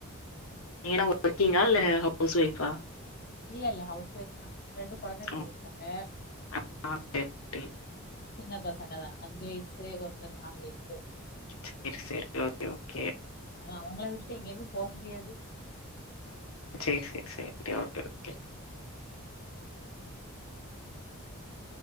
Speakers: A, on the left; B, on the left.
A: நீங்க என்ன ஒர்க்கிங்கா இல்ல ஹவுஸ் ஒய்ஃபா
B: இல்ல இல்ல ஹவுஸ் வைஃப் தா ரெண்டு கொழந்தைங்க
A: ம்
B: இருக்காங்க
A: ஆ, சரி சரி
B: சின்ன பசங்க தா அஞ்சு வயசு சு ஒருத்தனுக்கு நாலு வயசு
A: செரி செரி ஓகே ஓகே
B: அதா அவங்கள விட்டுட்டு எங்கயுமே போ முடியாது
A: சேர் சேர் செரி ஓகே ஓகே